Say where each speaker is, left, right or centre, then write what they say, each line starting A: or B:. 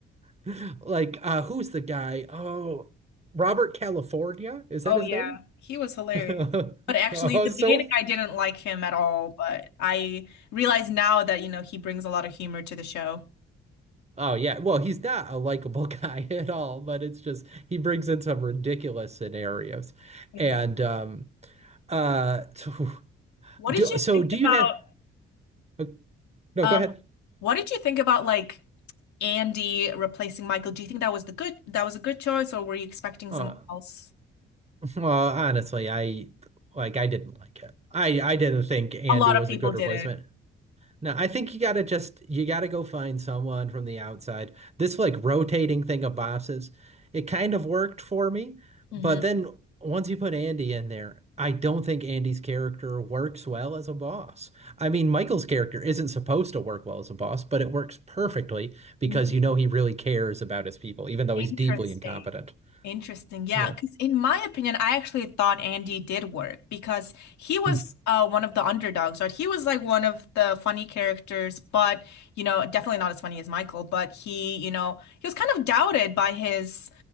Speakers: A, on the right; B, on the left.
A: <laughs> Like, uh, who's the guy? Oh, Robert California? Is that
B: Oh
A: his
B: yeah.
A: name?
B: He was hilarious.
A: <laughs>
B: But actually,
A: Oh,
B: the
A: so.
B: beginning, I didn't like him at all, but I realize now that, you know, he brings a lot of humor to the show.
A: Oh, yeah. Well, he's not a likable guy <laughs> at all, but it's just he brings in some ridiculous scenarios.
B: Exactly.
A: And, um, uh, so
B: What
A: do,
B: did you
A: so
B: think
A: do you
B: about
A: have. uh, No,
B: um
A: go ahead.
B: what did you think about like Andy replacing Michael? Do you think that was the good that was a good choice or were you expecting
A: Uh,
B: someone else?
A: <laughs> well, honestly, I like I didn't like it. I I didn't think Andy
B: A lot
A: was
B: of people
A: a good
B: did
A: replacement. No, I think you gotta just you gotta go find someone from the outside. This like rotating thing of bosses, it kind of worked for me,
B: it.
A: but then once you put Andy in there, I don't think Andy's character works well as a boss. I mean, Michael's character isn't supposed to work well as a boss, but it works perfectly because
B: hmm
A: you know he really cares about his people, even though
B: Interesting.
A: he's deeply incompetent.
B: Interesting. Yeah,
A: Yeah.
B: because in my opinion, I actually thought Andy did work because he was
A: Hmm.
B: uh, one of the underdogs, right? He was like one of the funny characters, but you know, definitely not as funny as Michael, but he, you know, he was kind of doubted by his